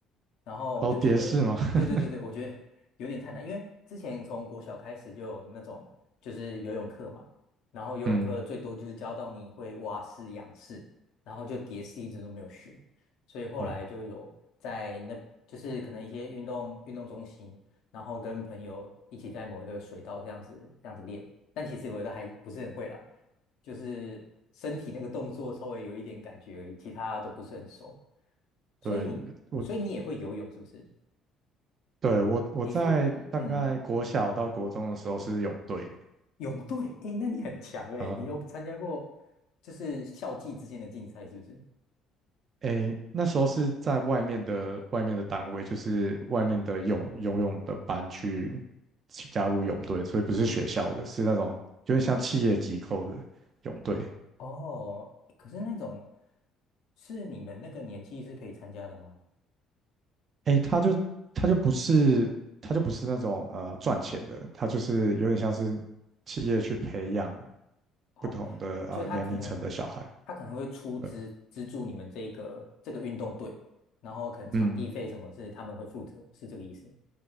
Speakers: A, on the left; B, on the right.
A: 然后我就觉得，
B: 然后蝶式吗？
A: 对对对对，
B: <laughs>
A: 我觉得有点太难，因为之前从国小开始就有那种就是游泳课嘛，然后游泳课最多就是教到你会蛙式、
B: 嗯，
A: 仰式，然后就蝶式一直都没有学，所以后来就有在那就是可能一些运动运动中心，
B: 哦，
A: 然后跟朋友一起在某一个水道这样子这样子练，但其实我觉得还不是很会啦，就是身体那个动作稍微有一点感觉而已，其他都不是很熟。所以，
B: 对，我
A: 所以你也会游泳是不是？
B: 对我我在大概国小到国中的时候是泳队的
A: 你是嗯泳队，诶，那你很强诶，
B: 啊、
A: 你有参加过就是校际之间的竞赛是不是？
B: 诶，那时候是在外面的外面的单位，就是外面的泳游泳的班去去加入泳队，所以不是学校的，是那种有点像企业机构的泳队。
A: 哦，可是那种是你们那个年纪是可以参加的吗？
B: 诶，他就他就不是他就不是那种呃赚钱的，他就是有点像是企业去培养
A: 哦，
B: 不同的啊、
A: 就他可能
B: 呃年龄层的小孩。
A: 他可能会出资资助你们这个这个运动队，
B: 对，
A: 然后可能场地费什么是他们会负责，
B: 嗯，
A: 是这个意思